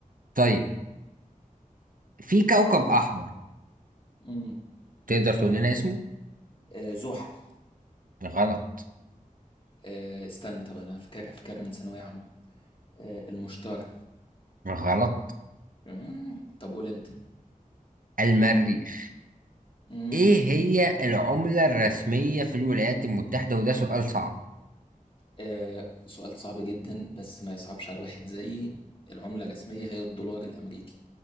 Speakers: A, on the right (about 70°); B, on the left (about 35°).
A: طيب في كوكب احمر
B: امم
A: تقدر تقول
B: آه
A: لنا اسمه
B: آه زحل
A: غلط
B: آه استنى طب انا فاكرها فاكرها من ثانوية عامة آه المشترى
A: غلط
B: مم. طب قول انت
A: المريخ
B: امم
A: ايه هي العملة الرسمية في الولايات المتحدة وده سؤال صعب
B: آه، سؤال صعب جدا بس ما يصعبش على واحد زيي العملة الرسمية هي الدولار الأمريكي